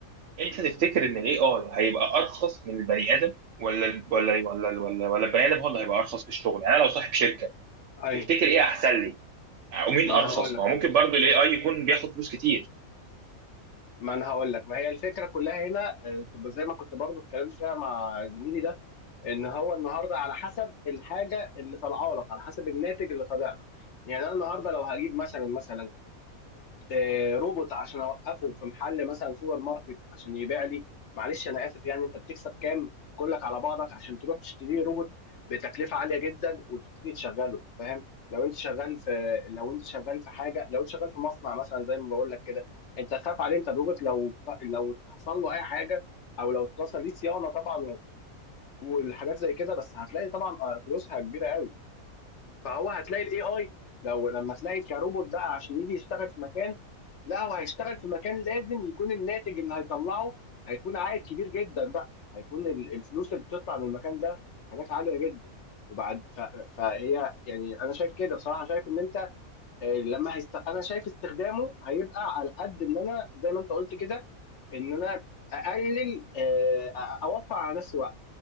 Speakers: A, on the right (about 65°); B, on the left (about 60°).
A: انت تفتكر ان الاي اي هيبقى ارخص من البني ادم ولا ال- ولا ولا ولا ولا البني ادم هو اللي هيبقى ارخص في الشغل يعني انا لو صاحب شركه
B: اي
A: تفتكر ايه احسن لي ومين
B: ما
A: ارخص
B: انا هقول لك
A: ما هو ممكن برضه الاي اي يكون بياخد فلوس كتير
B: ما انا هقول لك ما هي الفكره كلها هنا آه، كنت زي ما كنت برضو اتكلمت فيها مع زميلي ده ان هو النهارده على حسب الحاجه اللي طالعه لك على حسب الناتج اللي طالع لك يعني انا النهارده لو هجيب مثلا مثلا آه، روبوت عشان اوقفه في محل مثلا سوبر ماركت عشان يبيع لي معلش انا اسف يعني انت بتكسب كام كلك على بعضك عشان تروح تشتري روبوت بتكلفه عاليه جدا وتبتدي تشغله فاهم لو انت شغال في لو انت شغال في حاجه لو انت شغال في مصنع مثلا زي ما بقول لك كده انت تخاف عليه انت الروبوت لو لو حصل له اي حاجه او لو اتكسر ليه صيانه طبعا والحاجات زي كده بس هتلاقي طبعا آه، فلوسها كبيره قوي فهو هتلاقي الاي اي لو لما تلاقي كروبوت بقى عشان يجي يشتغل في مكان لا هو هيشتغل في مكان لازم يكون الناتج اللي هيطلعه هيكون عائد كبير جدا بقى هيكون ال- الفلوس اللي بتطلع من المكان ده حاجات عالية جدا وبعد ف... فهي يعني انا شايف كده بصراحة شايف ان انت آه، لما هيست... انا شايف استخدامه هيبقى على قد ان انا زي ما انت قلت كده ان انا اقلل آه، أ- اوفر على نفسي وقت